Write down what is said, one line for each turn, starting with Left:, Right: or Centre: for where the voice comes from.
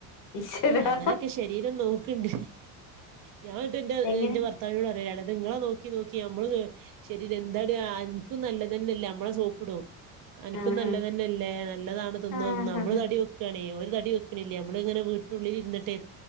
Left: ഈശ്വരാ
Right: അങ്ങനൊക്കെ ശരീരം നോക്കണ്ട് ഞാൻ അത്
Left: എങ്ങനെ
Right: എന്റെ ഭർത്താവിനോട് പറയും- നിങ്ങളെ നോക്കി നോക്കി നമ്മള് ശരീരം എന്താ എനക്കും നല്ലത്തന്നെല്ലേ നമ്മളെ സോപ്പിടും അനക്കും
Left: ആഹാ
Right: നല്ലതന്നെല്ലേ നല്ലതാണ് തിന്നോ
Left: ആഹാഹാ
Right: തിന്നോ നമ്മള് തടി വെക്കണെ ഇവര് തടി തടി വെയ്ക്കണില്ല ഇങ്ങനെ വീട്ടിനുള്ളിൽയിരുന്നിട്ടേ